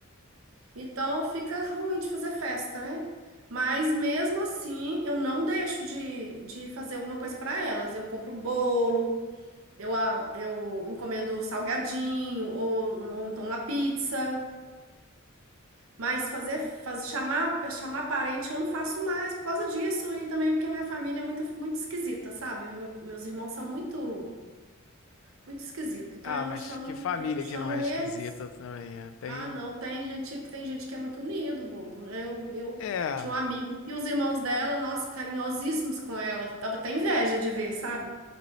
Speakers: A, on the right; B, on the left.
A: Então fica ruim de fazer festa, né? Mas mesmo assim, eu não deixo de, de fazer alguma coisa para elas. Eu compro bolo, Eu, a- eu encomendo salgadinho ou, ou então uma pizza. Mas fazer, faz, chamar, chamar parente eu não faço mais por causa disso e também porque minha família é muito, muito esquisita, sabe? O meu- meus irmãos são muito, muito esquisitos. Então
B: Ah,
A: eu
B: mas
A: não chamo
B: que
A: ninguém,
B: família
A: não chamo
B: que não é esquisita
A: eles.
B: também. é. Tem.
A: Ah, não, tem gente que tem gente que é muito unido, bobo. Eu, eu
B: É,
A: tinha uma amiga e os irmãos dela, nossa, carinhosíssimos com ela. Tava até inveja de ver, sabe?